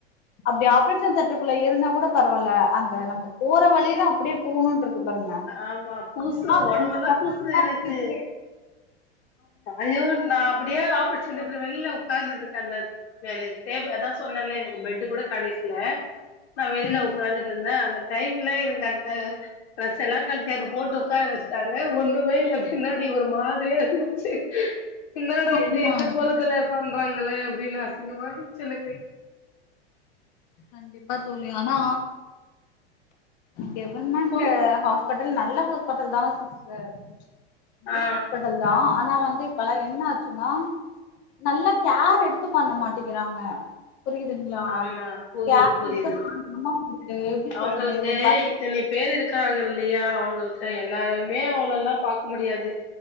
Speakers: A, on the left (about 35°); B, on the left (about 75°).
A: அப்டி ஆப்ரேஷன் <unintelligible> தட்டுக்குள்ள இருந்தா கூட பரவால்ல அந்த நம்ம போற வழியில அப்டியே போணா போது சூப்பருங்க
B: ஆமா கூசு
A: <unintelligible>
B: ஒடம்பெல்லா கூசுது எனக்கு ஐயோ நா அப்டியே ஆப்ரேஷன் தியேட்டர் வெளியில உட்காந்துட்டு இருக்கே அந்த எனக்கு ஸ்டேப் அதா சொன்னேல எனக்கு பேட்டு கூட கெடக்கல நா வெளியில
A: ம்
B: உக்காந்துட்டு இருந்தே அந்த டைம்ல எனக்கு அந்த டிரஸ் எல்லா கழட்டி அத போட்டு உட்கார வச்சுட்டாங்க ஒண்ணுமே இல்ல பின்னாடி ஒரு மாதிரியா இரு என்னடா
A: ஆமா
B: இது இந்த கோலத்துல பண்றாங்களே அப்டின்னு அசிங்கமா போச்சு எனக்கு
A: கண்டிப்பா தோழி ஆனா கவர்மெண்ட்
B: போ
A: ஹாஸ்பி ஹாஸ்பிட்டல் நல்ல ஹாஸ்பிட்டல் தா சிஸ்டர் நல்ல
B: ஆ
A: ஹாஸ்பிட்டல் பட் தா ஆனா வந்து இப்பல என்ன ஆச்சுன்னா நல்லா கேர் எடுத்து பண்ண மாட்டிக்கிறாங்க புரியுதுங்களா
B: ஆமா புரியுது
A: கேர்
B: புரியுது
A: எடுத்து எப்டி
B: அவுங்களுக்கு
A: சொல்றது ஒரு வழி
B: இத்தனே பேர் இருக்கு இருக்காக இல்லையா அவங்களுக்கு எல்லாருமே அவள எல்லா பாக்க முடியாது